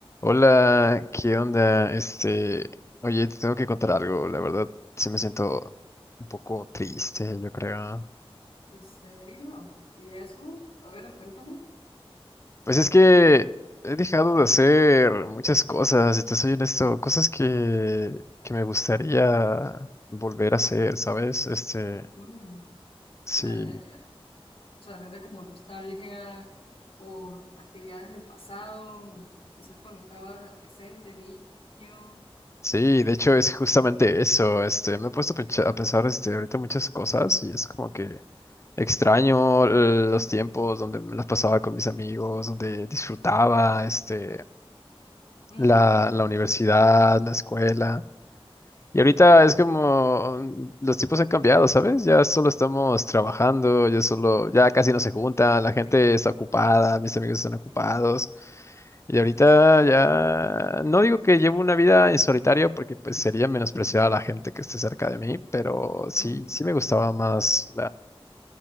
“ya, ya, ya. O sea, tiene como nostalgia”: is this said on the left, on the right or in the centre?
Left